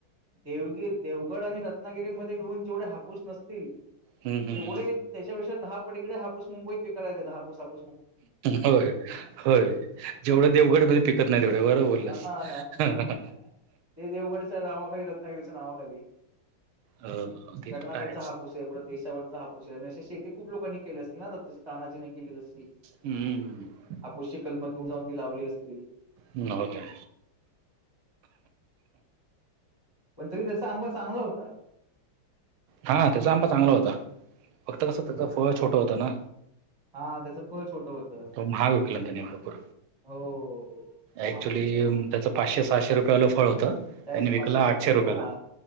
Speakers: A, on the right; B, on the right.
A: देवगि देवगड आणि रत्नागिरीमध्येध्ये मिळून जेवढे हापूस नसतील.
B: हम्म हम्म
A: तेवढे त्याच्यापेक्षा दहा पडीकडे हापूस मुंबईत विकायला येते दहापूस आपण.
B: होय होय जेवढं देवगडमध्ये पिकत नाही तेवढ बरं बोललंस.
A: हां ना.
B: हा हा.
A: ते देवगडच्या नावाखाली रत्नागिरीच्या नावाखाली.
B: हो ते
A: कर्नाटकचा
B: तर आहेच
A: हापूसे, पुढ देशावरचा हापूसे. अन अशे शेती खूप लोकांनी के असतील ना. जस तानाजीने केली तशी,
B: हम्म
A: आपोशी कलम घेऊन जाऊन ती लावली असतील.
B: नव्ह का?
A: पण तरी त्याचा आंबा चांगला होता.
B: हा त्याचा आंबा चांगला होता, फक्त कस त्याच फळ छोटं होतं ना.
A: हा त्याचं फळ छोटं होतं
B: महाग विकलाना त्याने भरपूर.
A: हो महाग
B: ऍक्च्युली
A: विकला
B: त्याच पाचशे सहाशे रुपयाेला फळ होत,
A: त्याच
B: त्यांनी विकलं
A: पाचशे
B: आठशे
A: सहाशेला
B: रुपयाला,
A: हा